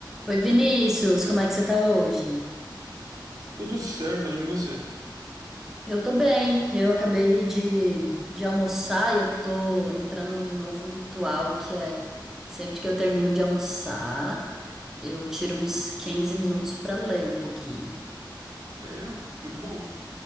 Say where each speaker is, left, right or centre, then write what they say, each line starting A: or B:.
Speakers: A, in the centre; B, on the right.
A: Oi, Vinícius, como é que você tá hoje?
B: Tudo certo, Aline, e você?
A: Eu tô bem, eu acabei de, de almoçar e eu tô entrando num novo ritual que é sempre que eu termino de almoçar, eu tiro uns 15 minutos pra ler um pouquinho,
B: Sério? Muito bom.